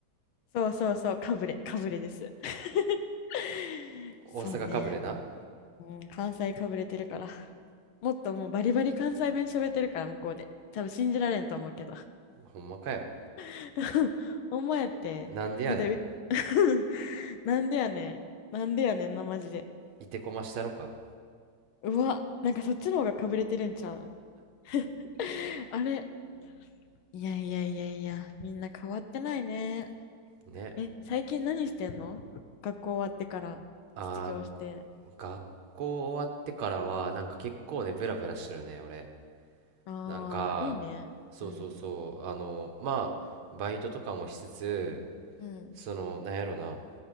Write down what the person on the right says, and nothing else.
大阪かぶれな
ほんまかよ。
なんでやね
ん。いてこましたろか。
ね。
あー、
学校終わってからは、なんか結構ね、ブラブラしてるね、俺。
なんか、
そうそうそう、
あの、まあ、バイトとかもしつつ、
その、なんやろな、